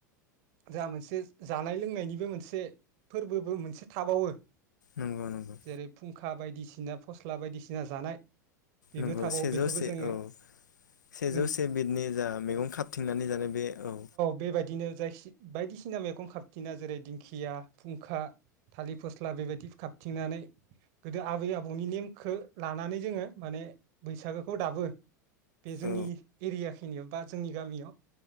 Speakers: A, on the right; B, on the left.
A: जा मोनसे जानाय लोंनायनिबो मोनसे फोरबोबो मोनसे थाबावो
B: नंगौ नंगौ
A: जेरै फुंखा बायदि थिना फस्ला बायदिसिना जानाय। बेबो
B: नंगौ
A: थाबावो
B: सेजौ
A: बेखौबो
B: से
A: जोङो
B: औ सेजौ
A: जों
B: से बिदनि जा मैगं खाबथिंनानै जानाय बे औ
A: बेबायदिनो जायखि बायदिसिना मैगं खााबथिना जेरै दिंखिया फुंखा थालिर फस्ला बेबायदि खाबथिंनानै गोदो आबै आबौनि नेमखौ लानानै जोङो माने बैसागोखौ दाबो बे जोंनि
B: औ
A: एरिया खिनियाव बा जोंनि गामियाव